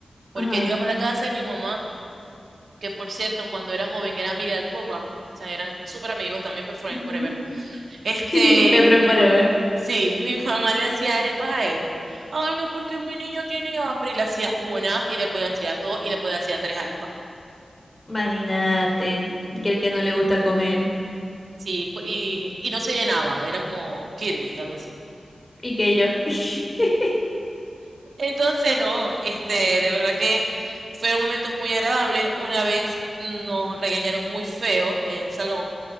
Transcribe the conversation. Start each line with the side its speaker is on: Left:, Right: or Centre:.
Right: porque
Left: Ajá.
Right: él iba para la casa y mi mamá, que por cierto, cuando era joven era amiga de tu papá, o sea, eran súper amigos, también best friend
Left: ujú.
Right: forever. Este,
Left: <laughs> Befriend
Right: mi
Left: Forever.
Right: mamá, sí, <laughs> mi mamá le hacía arepas a él. Ay, no, porque mi niño tiene hambre. Y le hacía una, y después le hacía dos, y después le hacía tres arepas.
Left: Imagínate. Que el que no le gusta comer.
Right: Sí, y, y no se llenaba, era como Kirby, algo así.
Left: Y que yo. <laughs>
Right: Entonces, no, este, de verdad que fueron momentos muy agradables. Una vez nos regañaron muy feo en el salón